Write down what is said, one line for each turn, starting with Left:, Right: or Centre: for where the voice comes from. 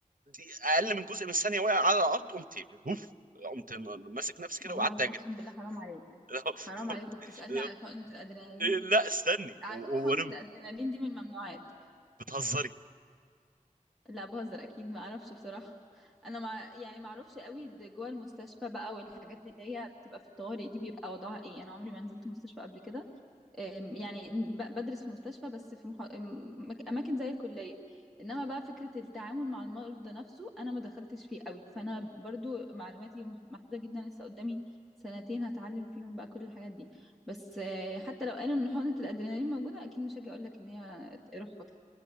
Right: دي اقل من جزء من الثانيه واقع على الارض قمت هوف قمت ماسك نفسي كده
Centre: والله
Right: وقعدت
Centre: العظيم
Right: اجري
Centre: اقسم بالله حرام عليك
Right: <laughs>
Centre: حرام عليك وبتسألني على حقنة الادرينالين
Right: لا استني
Centre: على
Right: و-
Centre: فكرة
Right: و-
Centre: حقنة
Right: وانا
Centre: الادرينالين دي من الممنوعات
Right: بتهزري
Centre: لا بهزر اكيد ما اعرفش بصراحة انا مع يعني ما اعرفش قوي د- جوه المستشفى بقى والحاجات اللي هي بتبقى في الطوارئ دي بيبقى وضعها ايه انا عمري ما نزلت مستشفى قبل كده أم، يعني ب- بدرس في مستشفى بس في مح... أم، مك- اماكن زي الكليه انما بقى فكره التعامل مع المرضى نفسه انا ما دخلتش فيه قوي فانا برضو معلوماتي مح- محدوده جدا لسه قدامي سنتين هتعلم فيهم بقى كل الحاجات دي بس آه، حتى لو قالوا ان حقنه الادرينالين موجوده اكيد مش هاجي اقول لك ان هي ت- روح خدها